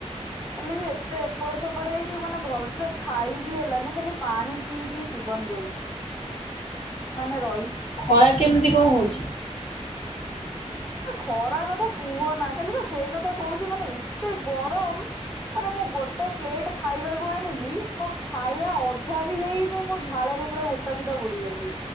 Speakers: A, on the left; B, on the left.
A: କାଲି ଏତେ ଏପଟ, ସେପଟ ହେଇକି, ମାନେ ଭଲସେ ଖା ଖାଇ ବିି ହେଲାନି, ଖାଲି ପାଣି ପିଇ, ପି ଜୀବନ ଯାଇଛି। ମାନେ ରହି
B: ଖରା କେମିତି କଣ, ହଉଛି?
A: ଆ' ଖରା କଥା କୁହନା, ଖାଲି ବା ସେଇ କଥା କହୁଛି, ମାନେ ଏତେ ଗରମ ମାନେ ମୁଁ, ଗୋଟେ ପ୍ଲେଟ ଖାଇବାକୁ ଆଣିଲି। ମୁଁ ଖାଇ ଏ ଅଧା ବି ହେଇନି, ମୋ ଝାଳରେ ପୁରା ଗୋଟା ସୁଦ୍ଧା ବୁଡି ଗଲିଣି।